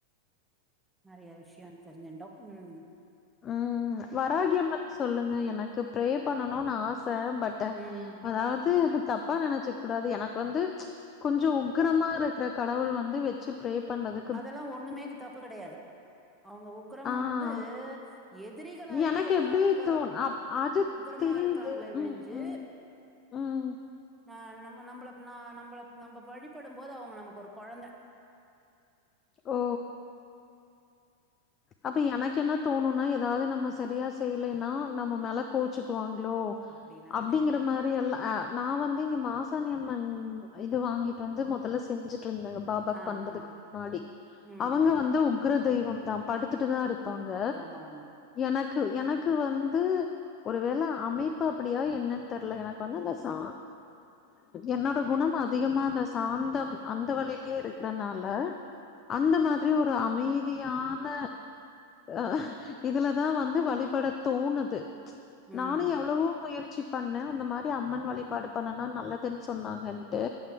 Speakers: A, in the centre; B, on the left.
A: நறிய விஷய தெரிஞ்சிட்டோ ம்
B: உம் வராகிஅம்மன் சொல்லுங்க எனக்கு ப்ரே பண்ணனும்னு ஆச பட்
A: ம்
B: அதாவது தப்பா நெனைச்சிக் கூடாது எனக் வந்து கொஞ்சோ உக்ரமா இருக்கிற கடவுள் வந்து வெ ச்சி ப்ரே பண்றது
A: அதெல்லா ஒண்ணுமேக்கு தப்பு கிடையாது அவங்க உக்ரம்
B: ஆஹ்
A: வந்து எதிரிகள அழிக்கத்தா
B: எனக்கு எப்டி
A: அவுங்க
B: தோண் அப் அது
A: உக்கரமா
B: தெரியுது
A: இருக்காங்களே விழிஞ்சி
B: ம் ம் ம்
A: ஆ நம்ம நம்மள நா நம்மள நம்ப வழிபடு போது அவுங்க நமக்கு ஒரு கொழந்த
B: ஓ அப்ப எனக்கு என்ன தோணுனா ஏதாவ்து நம்ம சரியா செய்யலைன்னா நம்ம மேல கோச்சுக்குவாங்களோ
A: அப்படிலா
B: அப்டிங்கிற
A: கெடையாது
B: மா ரியெல்ல நா வந்து இங்க மாசாணி அம்மன் இது வாங்கிட்டு வந்து முதல்ல செஞ்சுட்டு இருந்தேங்க பாபாக்
A: ஆ
B: பண்றதுக்கு
A: ஆ
B: முன்னாடி
A: ம்
B: அவுங்க
A: ம்
B: வந்து உக்ர தெய்வம்தா படுத்துட்டுதா இருப் பாங்க
A: ஆமா ஆமா
B: எனக்கு எனக்கு வந்து ஒருவேல அமைப்பு அப்டியோ என்னன்னு தெர்ல எனக்கு வந்து அந்த சா என்னோட குணம் அதிகமா அந்த சாந்தம் அந்த வழியிலயே இருக்கறனால அந்த மாதிரி ஒரு அமைதியா ன அ இதுல தா வந்து வழிபட தோணுது
A: ம்
B: நானு எவ்ளவோ முயற்சி பண்ண அந்த மாரி அம்மன் வழிபாடு பண்ணனா நல்லதுன்னு சொன்னாங்கன்ட்டு